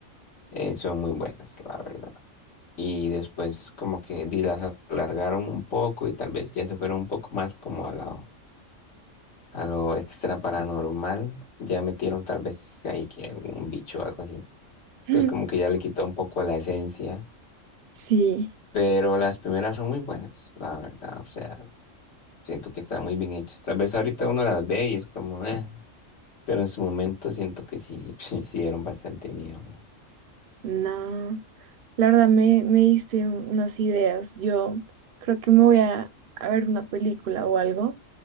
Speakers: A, on the left; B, on the right.
A: eh, son muy buenas, la verdad. Y después como que di- las alargaron un poco y tal vez ya se fueron un poco más como a lo, a lo extra paranormal. Ya metieron tal vez ahí que algún bicho o algo así. Entonces
B: <laughs>
A: como que ya le quitó un poco la esencia.
B: Sí,
A: Pero las primeras son muy buenas, la verdad. O sea, siento que están muy bien hechas. Tal vez ahorita uno las ve y es como, eh. Pero en su momento siento que sí, <laughs> sí dieron bastante miedo. ¿no?
B: no. La verdad me, me diste un- unas ideas. Yo creo que me voy a, a ver una película o algo